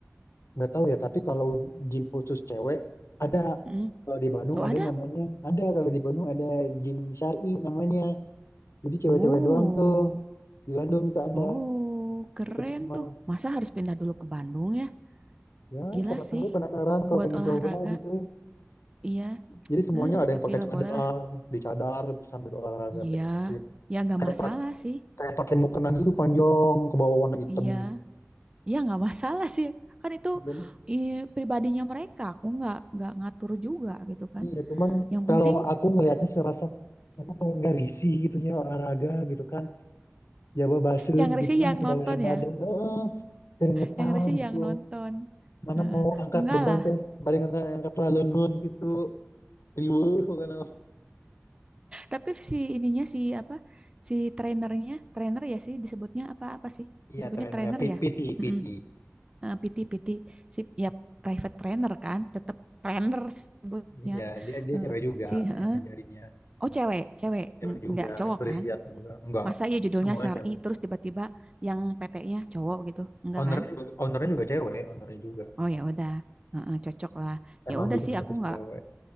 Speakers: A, on the left; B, on the right.
A: nggak tahu ya tapi kalau gym khusus cewek ada
B: Mm.
A: kalau di Bandung
B: oh ada
A: ada namanya ada kalau di Bandung ada gym syari namanya jadi cewek-cewek
B: oh
A: doang tuh di Bandung itu ada
B: oh keren
A: deket rumah
B: tuh masa harus pindah dulu ke Bandung ya
A: ya
B: gila
A: siapa
B: sih
A: tahu penasaran kalau
B: buat
A: pengen
B: olahraga
A: coba gitu
B: iya
A: jadi semuanya
B: Eh,
A: ada
B: tapi
A: yang pakai
B: lah
A: cadar
B: boleh lah.
A: di cadar sambil olahraga
B: Iya,
A: kayak
B: ya nggak
A: kayak
B: masalah
A: pak-
B: sih.
A: kayak pakai mukena gitu panjang ke bawah warna hitam
B: Iya, ya nggak masalah sih. Kan itu
A: Gitu.
B: eh, pribadinya mereka. Aku nggak nggak ngatur juga gitu kan.
A: Iya, cuman
B: Yang
A: kalau
B: penting
A: aku ngelihatnya serasa emang nggak risih gitunya olahraga gitu kan, jaba basah
B: yang risih
A: gitu kan
B: yang
A: kebanyakan
B: nonton
A: badan,
B: ya.
A: eh keringetan
B: Yang risih
A: gitu.
B: yang nonton.
A: Mana
B: Heeh.
A: mau angkat
B: enggak
A: beban
B: lah.
A: teh, balik angkat angkat lah gitu, riweuh bukan?
B: Tapi si ininya si apa? Si trainernya, trainer ya sih disebutnya apa apa sih?
A: Iya,
B: Disebutnya
A: trenernya
B: trainer
A: P-
B: ya.
A: PT,
B: Mm-mm.
A: PT.
B: Eh, PT PT si ya private trainer kan, tetap trainer sebutnya.
A: Iya, dia dia
B: Eh,
A: cewek juga
B: si heeh,
A: yang ngajarinnya.
B: Oh cewek, cewek,
A: Cewek
B: N-
A: juga,
B: nggak cowok
A: berhijab
B: kan?
A: juga. Enggak,
B: Masa iya judulnya
A: semuanya
B: Sari
A: cewek.
B: terus tiba-tiba yang PT-nya cowok gitu, enggak
A: Ownernya
B: kan?
A: juga, ownernya juga cewek, ownernya juga.
B: Oh ya udah, Heeh, cocok lah.
A: Emang
B: Ya udah
A: bikin
B: sih,
A: khusus
B: aku nggak,
A: cewek.